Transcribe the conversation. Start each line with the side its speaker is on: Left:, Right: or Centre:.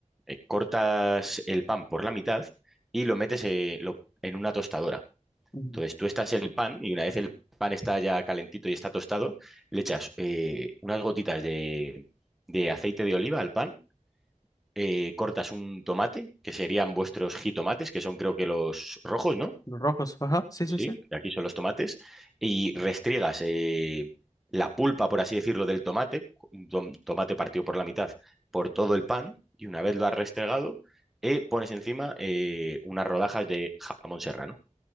Centre: eh, cortas el pan por la mitad y lo metes eh, lo- en una tostadora.
Left: ujú.
Centre: Entonces tú estás el pan y una vez el pan está ya calentito y está tostado, le echas eh, unas gotitas de, de aceite de oliva al pan, eh, cortas un tomate, que serían vuestros jitomates, que son creo que los rojos, ¿no?
Left: Los rojos, ajá, sí,
Centre: Sí,
Left: sí, sí.
Centre: aquí son los tomates, y restriegas eh, la pulpa, por así decirlo, del tomate, un tom- tomate partido por la mitad, por todo el pan, y una vez lo has restregado, eh, pones encima eh, unas rodajas de jamón serrano